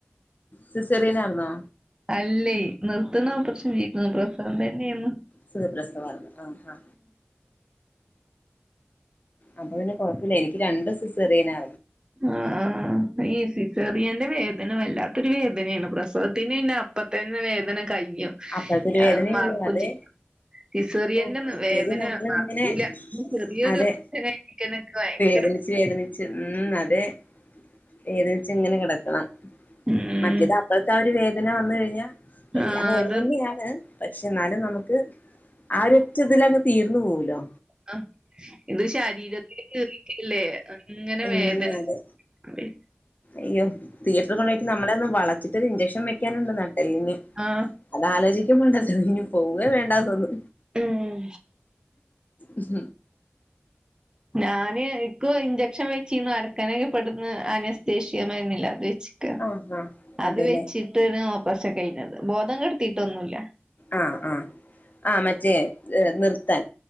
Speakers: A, on the left; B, on the right.
A: സിസേറിയനർന്നോ.
B: <unintelligible>
A: സുഖ പ്രസവാന്ന് ആ ആ ആ അപ്പൊ പിന്നെ കൊഴപ്പില്ല. എനിക്ക് രണ്ടു സിസേറിയനാ.
B: ആ ഈ സിസേറിയൻ്റെ വേദ <unintelligible> വേദന വല്ലാത്തൊരു വേദനയാണ് പ്രസവത്തിന് പിന്നെ അപ്പത്തന്നെ വേദന കഴിയും.
A: അപ്പഴത്തെ ഒരു വേദനയുള്ളൂ
B: മറക്കും
A: അതെ
B: ചെയ്യും. സിസേറിയന്റെ
A: ഓഹ് മറ്റേത്
B: വേദന
A: നമ്മളിങ്ങനെ
B: മറക്കൂല. ചെറിയൊരു
A: അതെ
B: വേ ദ ന ക്കെ ഭയങ്കര
A: വേദനിച്ച് വേദനിച്ച് ഉം അതേ വേദനിച്ച് ഇങ്ങനെ കിടക്കണം.
B: ഉം.
A: മറ്റേത് അപ്പഴത്തെ ഒരു വേദ <unintelligible> ഇങ്ങനെ വന്ന് കഴിഞ്ഞാ എല്ലാം
B: ആ,
A: വേദന
B: അത്
A: തന്നെയാണ്. പക്ഷെ എന്നാലും നമുക്ക് ആരൊറ്റ ഇതില അങ്ങ് തീർന്നു പോവലോ
B: ആ ഇത് ശരീരത്തി തീർല്ലേ അങ്ങനെ
A: ഉം
B: വേദന
A: അതെ
B: അതേ
A: അയ്യോ തിയേറ്ററിൽ കൊണ്ടു പോയിട്ട് നമ്മളെന്ന് വളച്ചിട്ട് ഒരു ഇഞ്ചക്ഷൻ വെക്കാനുണ്ട് നട്ടെല്ലിന്
B: ആ
A: ആലോചിക്കണ്ടല്ലോ ഇനി പോവ വേണ്ടന്നോന്നു
B: ഉം
A: ഉഹ
B: ഞാന് ഇപ്പോ ഇഞ്ചെക്ഷൻ വെച്ച്ന്ന് അരക്കാനൊക്കെ പെടുന്ന അനസ്തേഷീമായിന്നില്ല അത് വെ <unintelligible>
A: ആഹ് ആഹ്
B: അത്
A: അതെല്ലേ
B: വെച്ചിട്ട് ഓപ്പസൻ കഴിഞ്ഞത് ബോധം കെടത്തിയിട്ടൊന്നുമല്ല
A: ആഹ് ആഹ് <unintelligible> നിർത്താൻ